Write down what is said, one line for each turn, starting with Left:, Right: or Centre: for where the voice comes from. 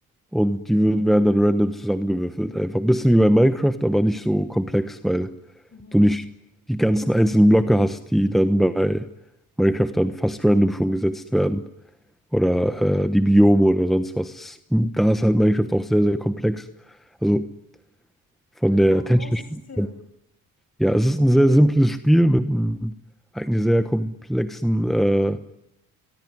Centre: und die würden- werden dann random zusammengewürfelt. Einfach ein bisschen wie bei Minecraft, aber nicht so komplex, weil
Left: Mhm.
Centre: du nicht die ganzen einzelnen Blöcke hast, die dann bei Minecraft dann fast random schon gesetzt werden. Oder äh, die Biome oder sonst was. Da ist halt Minecraft auch sehr, sehr komplex. Also von
Left: Ja, ist
Centre: der
Left: auch
Centre: technischen.
Left: ein großes System.
Centre: Ja, es ist ein sehr simples Spiel mit einem eigentlich sehr komplexen äh,